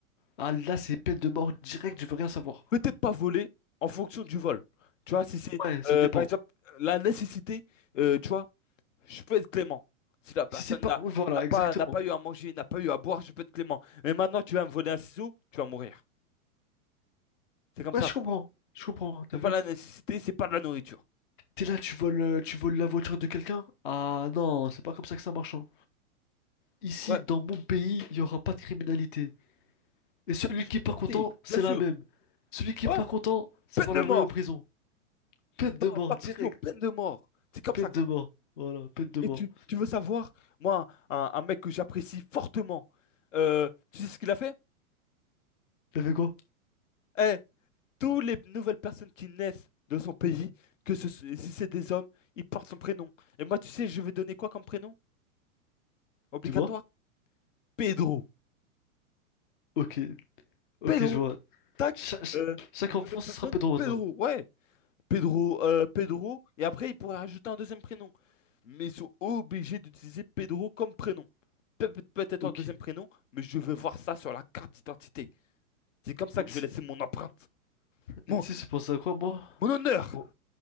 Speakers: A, on the left; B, on the left.
A: ah là, c'est peine de mort directe, je veux rien savoir.
B: Peut-être pas voler en fonction du vol. Tu vois, si c'est,
A: Ouais, ça
B: euh,
A: dépend.
B: par exemple, la nécessité, euh, tu vois, je peux être clément. Si la personne
A: Si c'est pas...
B: n'a
A: ouais, Voilà,
B: n'a pas,
A: exactement.
B: n'a pas eu à manger, n'a pas eu à boire, je peux être clément. Mais maintenant, tu vas me voler un ciseau, tu vas mourir. C'est comme
A: Ouais,
B: ça.
A: je comprends. Je comprends, t'as
B: C'est
A: vu?
B: pas la nécessité, c'est pas de la nourriture.
A: T'es là, tu voles, euh, tu voles la voiture de quelqu'un? Ah non, c'est pas comme ça que ça marche. hein. Ici,
B: Ouais,
A: dans mon pays, il y aura pas de criminalité. Et celui
B: pas de criminalité,
A: qui est pas content,
B: bien
A: c'est
B: sûr.
A: la même. Celui qui
B: Ouais,
A: est pas content, ça
B: peine
A: va
B: de
A: l'envoyer
B: mort.
A: en prison. Peine de
B: Non,
A: mort,
B: pas
A: direct.
B: prison, peine de mort. C'est comme
A: Peine
B: ça que
A: de
B: ça.
A: mort. Voilà, peine de
B: Et
A: mort.
B: tu, tu veux savoir, moi, un, un mec que j'apprécie fortement, euh, tu sais ce qu'il a fait?
A: T'as fait quoi?
B: Eh, toutes les nouvelles personnes qui naissent de son pays, que ce- si c'est des hommes, ils portent son prénom. Et moi, tu sais, je vais donner quoi comme prénom? Obligatoire?
A: Dis-moi.
B: Pedro.
A: Ok, ok,
B: Pedro.
A: je vois.
B: Tac.
A: Cha- cha-
B: euh,
A: chaque
B: une
A: enfant,
B: nouvelle
A: ce
B: personne?
A: sera peu drôle,
B: Pedro.
A: là.
B: Ouais. Pedro, euh, Pedro, et après, il pourrait rajouter un deuxième prénom. Mais ils sont obligés d'utiliser Pedro comme prénom. Pe- pe- peut-être
A: Ok.
B: un deuxième prénom, mais je veux voir ça sur la carte d'identité. C'est comme ça
A: Et
B: que
A: tu
B: je vais laisser mon empreinte. Mon,
A: et tu sais, j'ai pensé à quoi, moi?
B: mon honneur!
A: Pour,